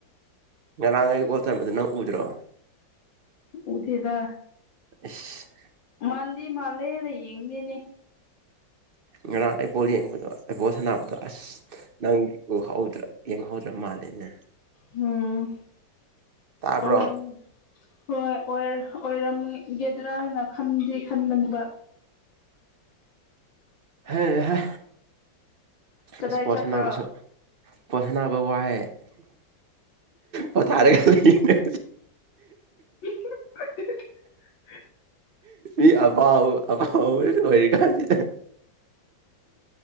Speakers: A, on the right; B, on the left.
A: ꯉꯥꯔꯥꯡ ꯑꯩ ꯕꯣꯜ ꯆꯟꯕꯗꯣ ꯅꯪ ꯎꯗ꯭ꯔꯣ
B: ꯎꯗꯦꯗꯥ
A: ꯏꯁ
B: ꯃꯥꯟꯗꯤ ꯃꯥꯜꯂꯦꯅ ꯌꯦꯡꯕꯅꯤꯅꯦ
A: ꯉꯔꯥꯡ ꯑꯩ ꯕꯣꯜ ꯌꯦꯡꯕꯗꯣ ꯑꯩ ꯕꯣꯜ ꯁꯥꯟꯅꯕꯗꯣ ꯑꯁ ꯅꯪ ꯎꯍꯧꯗ꯭ꯔꯥ ꯌꯦꯡꯍꯧꯗ꯭ꯔꯥ ꯃꯥꯂꯅꯦ
B: ꯎꯝ
A: ꯇꯥꯕ꯭ꯔꯣ
B: ꯑꯣꯢꯔꯝ ꯍꯣꯏ ꯑꯣꯏꯔꯝꯒꯗ꯭ꯔꯥ ꯍꯥꯏꯅ ꯈꯟꯗꯤ ꯈꯟꯕꯅꯦꯕ
A: ꯍꯩꯍꯥ
B: ꯀꯗꯥꯏ
A: ꯏꯁꯄꯣꯔꯠꯁ
B: ꯆꯠꯄ꯭ꯔꯣ
A: ꯁꯥꯟꯕꯁꯨ ꯕꯣꯜ ꯁꯥꯟꯅꯕ ꯋꯥꯏꯑꯦ ꯄꯣꯊꯔꯒ ꯂꯩꯕꯅꯦ
B: <unintelligible>
A: ꯏ ꯑꯐꯥꯎ ꯑꯐꯥꯎꯕꯥ ꯑꯣꯏꯔꯤꯀꯥꯟꯁꯤꯗ